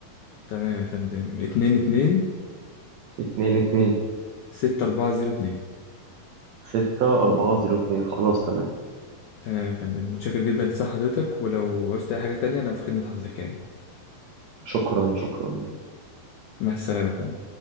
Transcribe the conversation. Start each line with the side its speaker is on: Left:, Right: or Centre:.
Left: تمام يا فندم اتنين اتنين
Right: اتنين اتنين
Left: ستة أربعة زيرو اتنين
Right: ستة أربعة زيرو اتنين خلاص تمام
Left: تمام يا فندم متشكر جدا لصحة حضرتك ولو عوزت أي حاجة تانية أنا في خدمة حضرتك يعني
Right: شكرا شكرا
Left: مع السلامة يا فندم